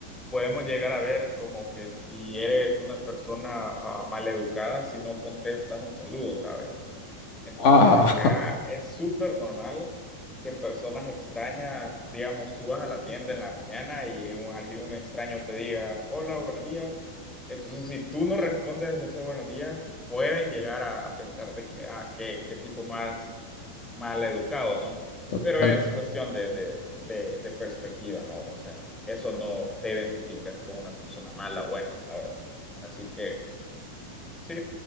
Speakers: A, in the centre; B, on the left.
A: podemos llegar a ver como que si eres una persona mal maleducada si no contestas un saludo, ¿sabes? Entonces,
B: Ah,
A: acá es súper normal que personas extrañas, digamos, tú vas a la tienda en la mañana y un, alguien, un extraño te diga, hola, buenos días. Entonces, si tú no respondes ese buenos días, pueden llegar a, a pensar de que, ah, qué, qué tipo más mal educado, ¿no?
B: <laughs>
A: Pero
B: Total.
A: es cuestión de, de, de, de perspectiva, ¿no? O sea, eso no te identifica con una persona mala o buena, ¿sabes? Así que, sí.